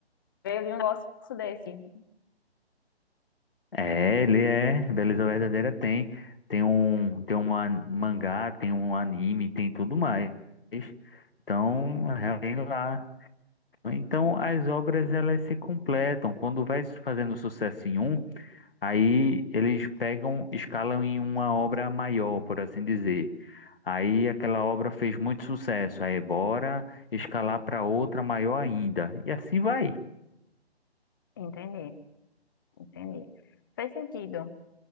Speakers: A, on the left; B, on the left.
A: Veio de um negócio desse.
B: É, ele é, Beleza Verdadeira tem. Tem um, tem uma mangá, tem um anime, tem tudo mais. Então, realmente lá Então, as obras elas se completam. Quando vai su- fazendo sucesso em um, aí eles pegam, escalam em uma obra maior, por assim dizer. Aí aquela obra fez muito sucesso, aí bora escalar para outra maior ainda. E assim vai
A: Entendi, entendi. Faz sentido